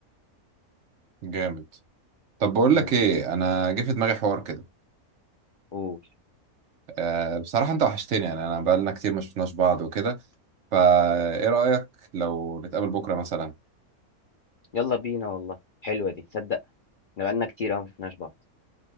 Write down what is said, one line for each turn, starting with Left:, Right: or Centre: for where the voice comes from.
Right: جامد طب بقول
Left: إمم،
Right: لك ايه انا جه في دماغي حوار كده
Left: قُل.
Right: أه بصراحه انت وحشتني يعني انا بقالنا كتير ما شفناش بعض وكده فايه رأيك لو نتقابل بكرة مثلا
Left: يالّا بينا والله، حلوة دي تصدّق إحنا بقى لنا كتير أوي ما شفناش بعض.